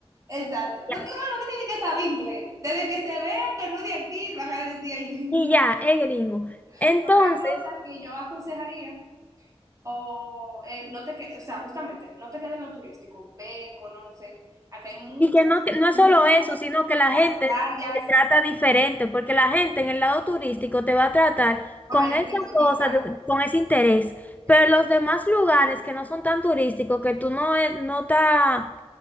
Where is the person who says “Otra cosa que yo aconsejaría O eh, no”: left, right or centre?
Right